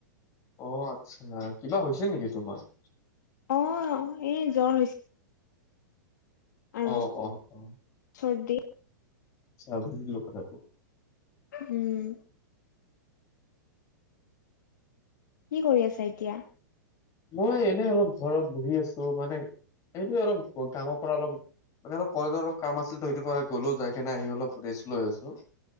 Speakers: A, on the left (about 35°); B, on the left (about 70°).
A: অ, আচ্ছা, কিবা হৈছে নেকি তোমাৰ?
B: অ'এ জ্বৰ হৈছে। আৰু
A: অ, অ, অ।
B: চৰ্দি।
A: <unintelligible>
B: উম। কি কৰি আছা এতিয়া?
A: মই এনেই অলপ ঘৰত বহি আছোঁ মানে সেটোৱে অলপ গামৰ পৰা অলপ মানে অলপ কলেজৰ অলপ কাম আছিল, তো সেইটোকাৰণে গ'লো যাই কেনে আহি অলপ ৰেষ্ট লৈ আছোঁ।